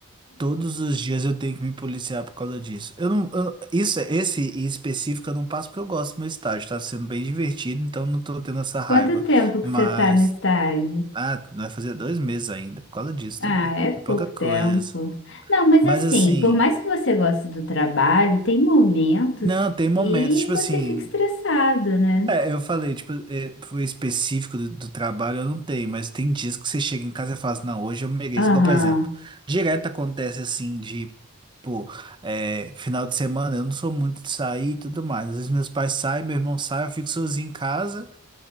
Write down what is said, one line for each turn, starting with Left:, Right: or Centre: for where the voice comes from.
Right: todos os dias eu tenho que me policiar por causa disso. Eu não. eu- isso, esse em específico eu não passo porque eu gosto do meu estágio. Tá sendo bem divertido, então não tô tendo essa raiva.
Left: Quanto tempo que
Right: Mas.
Left: você tá no estágio?
Right: Ah, vai fazer dois meses ainda por causa disso
Left: Ah,
Right: também.
Left: é
Right: É pouca
Left: pouco
Right: coisa.
Left: tempo. Não, mas
Right: Mas
Left: assim,
Right: assim.
Left: por mais que você goste do trabalho, tem momentos
Right: Não, tem
Left: que
Right: momentos, tipo assim.
Left: você fica estressado, né?
Right: É, eu falei, tipo, é, foi específico do, do trabalho, eu não tenho, mas tem dias que você chega em casa e fala assim, não, hoje eu mereço.
Left: Aham.
Right: Igual, por exemplo, direto acontece assim de, pô, é, final de semana, eu não sou muito de sair e tudo mais. Às vezes meus pais saem, meu irmão sai, eu fico sozinho em casa,